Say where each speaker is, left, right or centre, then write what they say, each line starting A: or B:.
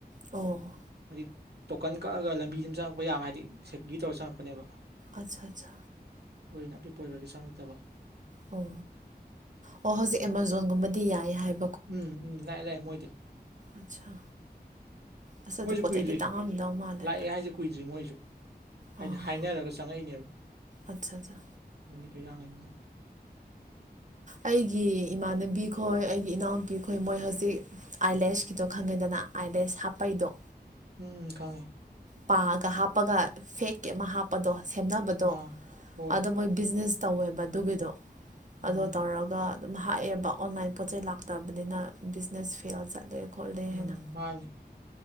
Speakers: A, on the right; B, on the right.
A: ꯑꯣ
B: ꯍꯥꯏꯗꯤ ꯇꯣꯀꯟ ꯀꯛꯑꯒ ꯂꯝꯕꯤ ꯑꯃ ꯆꯪꯉꯛꯄ ꯌꯥꯕ ꯍꯥꯏꯗꯤ ꯁꯦꯀ꯭ꯌꯨꯔꯤꯇꯤ ꯇꯧꯔ ꯆꯪꯉꯛꯄꯅꯦꯕ
A: ꯑꯆꯥ ꯑꯆꯥ
B: ꯑꯩꯈꯣꯏꯅ ꯑꯄꯤꯛꯄ ꯑꯣꯏꯕꯒꯤ ꯆꯪꯉꯛꯇꯕ
A: ꯑꯣ ꯑꯣ ꯍꯧꯖꯤꯛ ꯑꯦꯃꯥꯖꯣꯟꯒꯨꯝꯕꯗꯤ ꯌꯥꯏ ꯍꯥꯏꯕ
B: ꯎꯝ ꯎꯝ ꯂꯥꯛ ꯂꯩꯥꯛ ꯃꯣꯏꯗꯤ
A: ꯑꯠꯆꯥ ꯑꯁ ꯑꯗꯨꯗꯤ
B: ꯃꯣꯏꯁꯨ
A: ꯄꯣꯠ
B: ꯀꯨꯏꯗ꯭ꯔꯤ
A: ꯆꯩꯗꯤ ꯇꯥꯡꯉꯝꯗꯧ ꯃꯥꯜꯂꯦ
B: ꯂꯥꯛꯑꯦ ꯍꯥꯏꯁꯦ ꯀꯨꯏꯗ꯭ꯔꯤ ꯃꯣꯏꯁꯨ ꯍꯥꯏꯗꯤ
A: ꯑꯥ
B: ꯍꯥꯏꯅꯔꯒ ꯆꯪꯉꯛꯏꯅꯦꯕ
A: ꯑꯠꯆꯥ ꯑꯠꯆꯥ
B: ꯂꯝꯕꯤ ꯊ ꯏꯔꯥꯡꯉꯅꯤꯅ
A: ꯑꯩꯒꯤ ꯏꯃꯥꯟꯅꯕꯤ ꯈꯣꯏ ꯑꯩꯒꯤ ꯏꯅꯥꯎꯅꯨꯄꯤ ꯈꯣꯏ ꯃꯣꯏ ꯍꯧꯖꯤꯛ ꯑꯥꯏꯂꯦꯁꯀꯤꯗꯣ ꯈꯪꯉꯦꯗꯅ ꯑꯗ ꯍꯥꯄꯩꯗꯣ
B: ꯎꯝ ꯏ ꯈꯉꯦ
A: ꯄꯥꯑꯒ ꯍꯥꯞꯄꯒ ꯐꯦꯛꯀꯤ ꯑꯃ ꯍꯥꯞꯄꯗꯣ ꯁꯦꯝꯅꯕꯗꯣ
B: ꯑꯥ ꯍꯣꯏ
A: ꯑꯗꯣ ꯃꯣꯏ ꯕꯤꯖꯤꯅꯦꯁ ꯇꯧꯋꯦꯕ ꯑꯗꯨꯒꯤꯗꯣ
B: ꯎꯝ
A: ꯑꯗꯣ ꯇꯧꯔꯒ ꯑꯗꯨꯝ ꯍꯥꯥꯛꯑꯦꯕ ꯑꯣꯟꯂꯥꯏꯟ ꯄꯣꯠ ꯆꯩꯩ ꯂꯥꯛꯇꯕꯅꯤꯅ ꯕꯤꯖꯤꯅꯦꯁ ꯐꯦꯜ ꯆꯠꯂꯦ ꯈꯣꯠꯂꯦ
B: ꯎꯝ
A: ꯍꯥꯏꯅ
B: ꯃꯥꯅꯦ